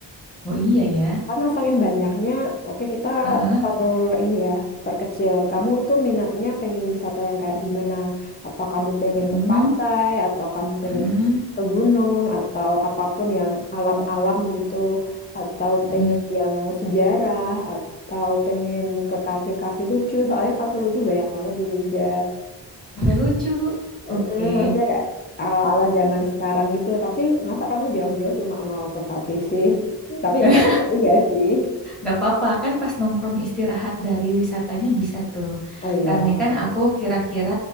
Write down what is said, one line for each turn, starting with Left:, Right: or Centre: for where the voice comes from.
Centre: Oh iya ya.
Left: Karena saking banyaknya, oke kita
Centre: Heeh.
Left: per ini ya, perkecil. Kamu tuh minatnya pengen wisata yang kayak gimana? Apa kamu pengen
Centre: Mm-mm.
Left: ke pantai, atau kamu pengen
Centre: Mm-mm.
Left: ke gunung, atau apapun yang alam-alam gitu, atau
Centre: Mm-mm.
Left: pengen yang sejarah, atau pengen ke kafe-kafe lucu. Soalnya kafe lucu banyak banget di Jogja.
Centre: Cafe lucu.
Left: Mm-mm,
Centre: Oke.
Left: maksudnya kayak ala-ala zaman sekarang gitu. Tapi masa kamu jauh-jauh cuma mau ke kafe sih? Tapi ya
Centre: <laughs>
Left: nggak apa-apa juga sih.
Centre: Gak apa-apa, kan pas nongkrong istirahat dari wisatanya bisa tuh.
Left: Oh iya.
Centre: karena kan aku kira-kira